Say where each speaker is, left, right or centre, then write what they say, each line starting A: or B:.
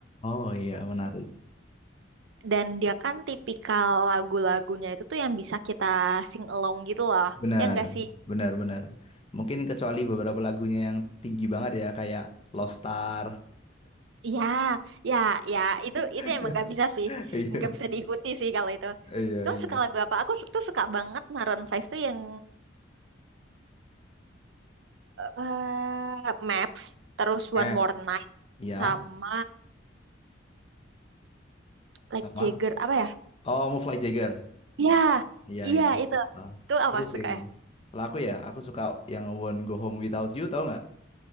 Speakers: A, on the left (about 30°); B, on the right (about 65°).
A: Oh iya, menarik.
B: dan dia kan tipikal lagu-lagunya itu tuh yang bisa kita sing along gitu loh.
A: Benar,
B: Ya enggak sih?
A: benar, benar. Mungkin kecuali beberapa lagunya yang tinggi banget ya, kayak Lost Star.
B: Ya, ya, ya, itu
A: <laughs>
B: itu emang nggak bisa sih.
A: Iya,
B: Nggak bisa diikuti sih kalau itu.
A: iya,
B: Cuma
A: iya.
B: suka lagu apa? Aku tuh suka banget Maroon 5 tuh yang eh Maps, terus
A: Caps.
B: One More Night
A: Iya,
B: sama
A: sama.
B: Like Jagger apa ya?
A: Oh, Fly Jagger.
B: Iya,
A: Iya,
B: iya
A: iya.
B: itu.
A: Ah,
B: Itu apa
A: seru sih
B: suka
A: emang.
B: ya?
A: Kalau aku ya, aku suka yang Won't Go Home Without You, tau nggak?